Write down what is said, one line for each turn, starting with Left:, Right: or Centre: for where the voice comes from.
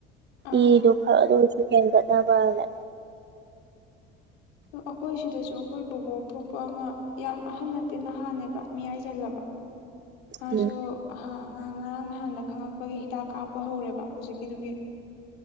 Left: ꯑꯥ
Right: ꯏꯗꯣ ꯈꯔꯗ ꯑꯣꯏꯔꯁꯨ ꯍꯦꯟꯒꯠꯅꯕꯅ
Left: ꯑ ꯑꯩꯈꯣꯏ ꯁꯤꯗꯁꯨ ꯑꯩꯈꯣꯏ ꯕꯨꯕꯣꯛ ꯊꯣꯛꯄ ꯑꯃ ꯌꯥꯝ ꯑꯍꯟ ꯅꯠꯇꯦ ꯅꯍꯥꯅꯦꯕ ꯃꯤꯌꯥꯏ ꯆꯜꯂꯕ ꯃꯥꯁꯨ
Right: ꯎꯝ
Left: ꯑꯍ <unintelligible> ꯑꯉꯥꯡ <unintelligible> ꯉꯔꯥꯡ ꯅꯍꯥꯟꯗ ꯈꯪꯉꯛꯄꯒꯤ ꯍꯤꯗꯥꯛ ꯀꯥꯞꯄ ꯍꯧꯔꯦꯕ ꯍꯧꯖꯤꯛꯀꯤꯗꯨꯒꯤ